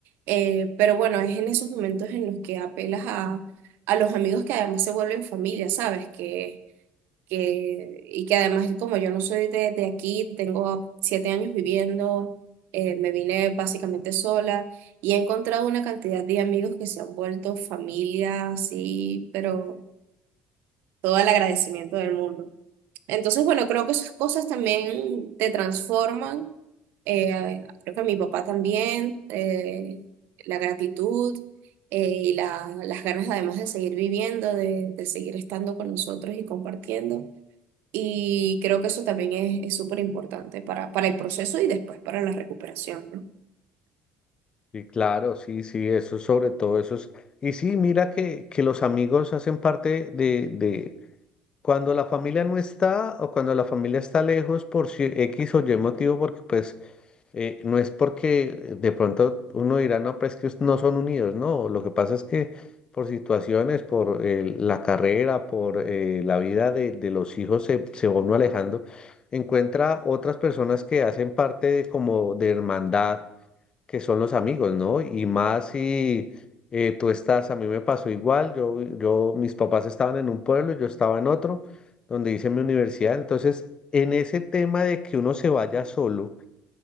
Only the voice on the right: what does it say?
eh, pero bueno, es en esos momentos en los que apelas a, a los amigos que además se vuelven familia, ¿sabes? Que, que, y que además, como yo no soy de, de aquí, tengo siete años viviendo, eh, me vine básicamente sola y he encontrado una cantidad de amigos que se han vuelto familia, sí, pero todo el agradecimiento del mundo. Entonces, bueno, creo que esas cosas también te transforman eh, creo que mi papá también, eh, la gratitud eh, y la- las ganas además de seguir viviendo, de, de seguir estando con nosotros y compartiendo. Y creo que eso también es, es súper importante para, para el proceso y después para la recuperación, ¿no?